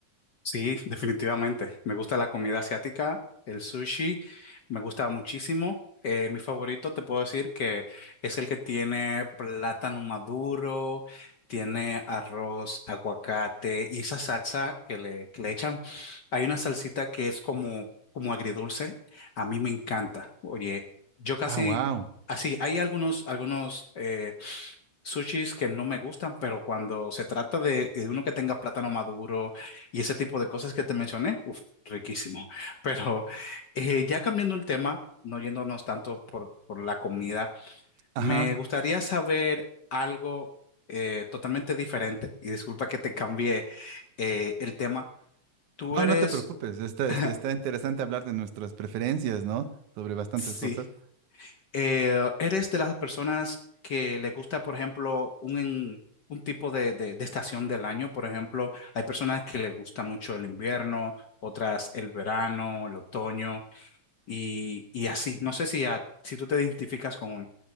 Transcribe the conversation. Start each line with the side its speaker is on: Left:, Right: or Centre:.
Left: Sí, definitivamente. Me gusta la comida asiática, el sushi, me gusta muchísimo. Eh, mi favorito, te puedo decir que es el que tiene plátano maduro, tiene arroz, aguacate y esa salsa que le, que le echan. Hay una salsita que es como, como agridulce. A mí me encanta. Oye, yo casi,
Right: Ah, wow.
Left: así, hay algunos, algunos, eh, sushis que no me gustan, pero cuando se trata de, de uno que tenga plátano maduro, y ese tipo de cosas que te mencioné, uf, riquísimo. <laughs> Pero eh, ya cambiando el tema, no yéndonos tanto por, por la comida,
Right: Ajá.
Left: me gustaría saber algo eh, totalmente diferente. Y disculpa que te cambié eh, el tema. Tú
Right: No,
Left: eres,
Right: no te preocupes, está,
Left: <laughs>
Right: está, está interesante hablar de nuestras preferencias, ¿no? Sobre bastantes
Left: sí,
Right: cosas.
Left: eh, eres de las personas que le gusta, por ejemplo, un, en- un tipo de, de de estación del año. Por ejemplo, hay personas que les gusta mucho el invierno, otras el verano, el otoño. y, y así. No sé si, a- si tú te identificas con uno.